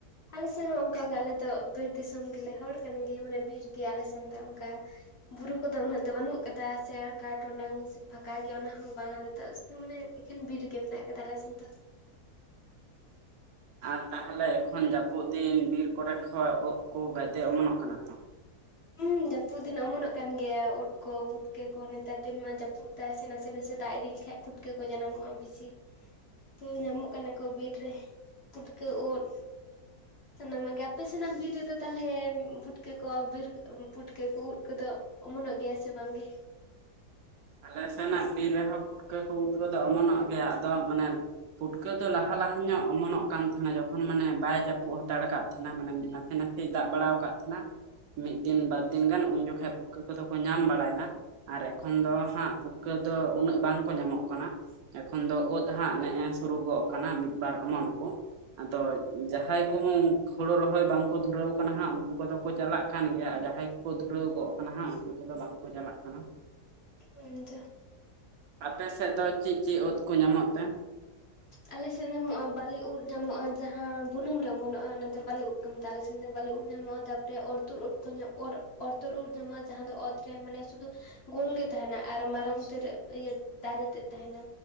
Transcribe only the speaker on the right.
ᱟᱨ ᱛᱟᱦᱚᱞᱮ ᱮᱠᱷᱚᱱ ᱡᱟᱹᱯᱩᱫ ᱫᱤᱱ ᱵᱤᱨ ᱠᱚᱨᱮ ᱠᱷᱚᱡ ᱳᱜ ᱠᱚ ᱜᱟᱛᱮ ᱚᱢᱚᱱᱚᱜ ᱠᱟᱱᱟ ᱛᱚ
ᱟᱞᱮ ᱥᱮᱱᱟᱜ ᱵᱤᱨ ᱨᱮᱦᱚᱸ ᱯᱷᱩᱴᱠᱟᱹ ᱠᱚ ᱩᱫ ᱠᱚᱫᱚ ᱚᱢᱚᱱᱚᱜ ᱜᱮᱭᱟ ᱟᱫᱚ ᱢᱟᱱᱮ ᱯᱩᱴᱠᱟᱹ ᱫᱚ ᱞᱟᱦᱟ ᱞᱟᱦᱟ ᱧᱚᱜ ᱚᱢᱚᱱᱚᱜ ᱠᱟᱱ ᱛᱟᱦᱮᱱᱟ ᱡᱚᱠᱷᱚᱱ ᱢᱟᱱᱮ ᱵᱟᱭ ᱡᱟᱹᱯᱩᱫ ᱦᱟᱛᱟᱲ ᱠᱟᱫ ᱱᱟ ᱢᱟᱱᱮ ᱱᱟᱥᱮ ᱱᱟᱥᱮ ᱫᱟᱜ ᱵᱟᱲᱟᱣ ᱠᱟᱫ ᱛᱟᱦᱮᱱᱟ ᱢᱤᱫ ᱫᱤᱱ ᱵᱟᱨ ᱫᱤᱱ ᱜᱟᱱ ᱩᱱ ᱡᱚᱠᱷᱟᱡ ᱯᱩᱴᱠᱟᱹ ᱠᱚᱫᱚ ᱠᱚ ᱧᱟᱢ ᱵᱟᱲᱟᱭᱱᱟ ᱟᱨ ᱮᱠᱷᱚᱱ ᱫᱚ ᱦᱟᱸᱜ ᱯᱩᱴᱠᱟᱹ ᱫᱚ ᱩᱱᱟᱹᱜ ᱵᱟᱝ ᱠᱚ ᱧᱟᱢᱚᱜ ᱠᱟᱱᱟ ᱮᱠᱷᱚᱱ ᱫᱚ ᱳᱫ ᱦᱟᱸᱜ ᱱᱮᱜᱮ ᱥᱩᱨᱩᱜᱚᱜ ᱠᱟᱱᱟ ᱢᱤᱫ ᱵᱟᱨ ᱚᱢᱚᱱ ᱠᱚ ᱟᱫᱚ ᱡᱟᱦᱟᱸᱭ ᱠᱚᱦᱚᱸ ᱦᱳᱲᱳ ᱨᱚᱦᱚᱭ ᱵᱟᱝ ᱠᱚ ᱫᱷᱩᱨᱟᱹᱣ ᱠᱟᱱᱟ ᱦᱟᱸᱜ ᱩᱱᱠᱩ ᱠᱚᱫᱚ ᱠᱚ ᱪᱟᱞᱟᱜ ᱠᱟᱱ ᱜᱮᱭᱟ ᱟᱨ ᱡᱟᱦᱟᱸᱭ ᱠᱚᱠᱚ ᱫᱷᱩᱨᱟᱹᱣ ᱜᱚᱜ ᱠᱟᱱᱟ ᱦᱟᱸᱜ ᱩᱱᱠᱩ ᱠᱚᱫᱚ ᱵᱟᱝᱠᱚ ᱪᱟᱞᱟᱜ ᱠᱟᱱᱟ
ᱟᱯᱮ ᱥᱮᱫ ᱫᱚ ᱪᱮᱫ ᱪᱮᱫ ᱳᱫ ᱠᱚ ᱧᱟᱢᱚᱜ ᱛᱮ <inaudible>